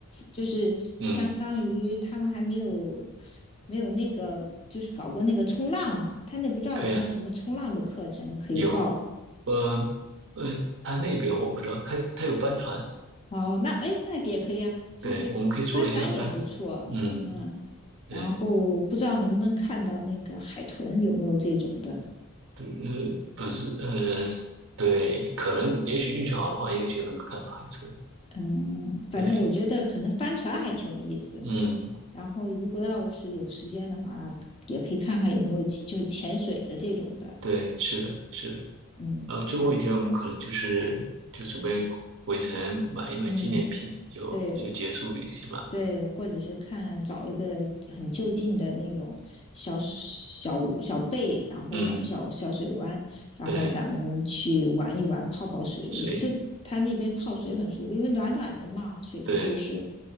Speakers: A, on the left (about 30°); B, on the right (about 60°).
A: 就是相当于他们还没有
B: 嗯，
A: 没有那个，就是搞过那个冲浪嘛。他那不知道有没有什么冲浪的课程可以报。
B: 可以啊，有，呃呃，他那边我不知道，他他有帆船。
A: 哦，那哎，那也可以啊，就是帆船也不错。
B: 对，我们可以做一下翻转。嗯，
A: 嗯。
B: 对，
A: 然后不知道能不能看到那个海豚有没有这种的，
B: 不不是，呃，对，可能也许运气好的话，也许能够看到海豚。
A: 嗯，反正我觉得可能帆船还挺有意思。
B: 对，嗯，
A: 然后如果要是有时间的话，也可以看看有没有就是潜水的这种的，
B: 对，是的，是的。
A: 嗯，
B: 呃，最后一天我们可能就是就准备回程买一买纪念品，
A: 反嗯
B: 就就结束旅行了。
A: 对对，或者是看看找一个很就近的那种小小小贝，然后咱们小小水湾，
B: 嗯，
A: 然后咱们去玩一玩泡泡水，
B: 对，所以
A: 我觉得。它那边泡水很舒服，因为暖暖的嘛，水流都是。
B: 对